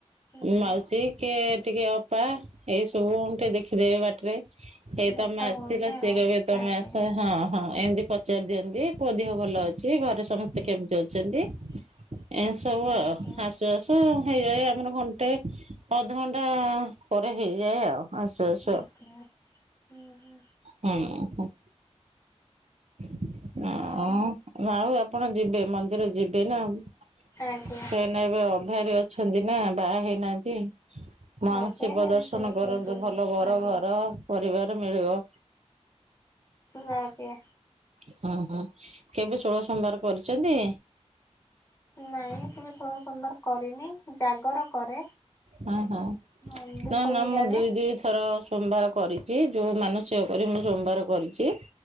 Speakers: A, on the left (about 25°); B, on the right (about 70°).
A: ହୁଁ
B: ମାଉସୀ। କିଏ ଟିକେ ଅପା ଏଇ ସବୁ ଟିକେ ଦେଖିଦେବେ ବାଟରେ। ଏଇ
A: ଦେଖା
B: ତମେ ଆସିଥିଲ
A: ହୁଅନ୍ତେ
B: ସିଏ
A: ଆଉ
B: କହିବେ ତମେ
A: ଆଜ୍ଞା
B: ଆସ। ହଁ ହଁ ଏମିତି ପଚାରି ଦିଅନ୍ତି ପୁଅ ଦେହ ଭଲ ଅଛି ଘରେ ସମସ୍ତେ କେମତି ଅଛନ୍ତି।
A: <inaudible>
B: ଏ ୟା ସବୁ ଆଉ।
A: ଆଜ୍ଞା
B: ଆସୁ ହେଇଯାଏ ଆମର ଘଣ୍ଟେ ଅଧଘଣ୍ଟା ପରେ ହେଇଯାଏ ଆଉ। ଆସୁ ଆସୁ ଆଉ
A: ଆଜ୍ଞା ହୁଁ ହୁଁ
B: ହୁଁ ହୁ। <inaudible> ହ
A: ଆଉ
B: ଆଉ ଏପଟେ ଯିବେ ମନ୍ଦିର ଯିବେ ନା। ନାଁ
A: ଆଜ୍ଞା
B: ଏବେ ଅଭ୍ୟାରି ଅଛନ୍ତି ନାଁ ବାହା ହେଇନାହାନ୍ତି। ମ
A: ଆଜ୍ଞା
B: ଶିବ
A: ନିହାତି
B: ଦର୍ଶନ
A: ଟିକେ
B: କରନ୍ତୁ
A: ଯିବୁ
B: ଭଲ ବର
A: ଆଜ୍ଞା
B: ଘର ପରିବାର ମିଳିବ।
A: ନାଁ କିଏ?
B: ହୁଁ ହୁଁ କେବେ ଷୋଳ ସୋମବାର କରିଚନ୍ତି?
A: ନାଇଁ କେବେ ଷୋଳ ସୋମବାର କରିନି ଜାଗର କରେ।
B: ହଁ ହଁ
A: ହଁ ଦୀପ
B: ନାଁ ନାଁ
A: ବି ଜାଳେ
B: ମୁଁ ଦୁଇ ଦୁଇ ଥର ସୋମବାର କରିଚି ଯୋଉ ମାନସିକ କରି ମୁଁ ସୋମବାର କରିଚି